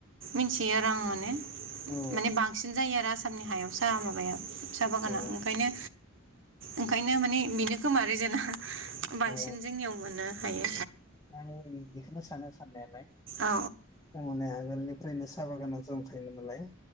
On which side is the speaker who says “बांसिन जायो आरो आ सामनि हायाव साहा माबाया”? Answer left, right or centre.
Right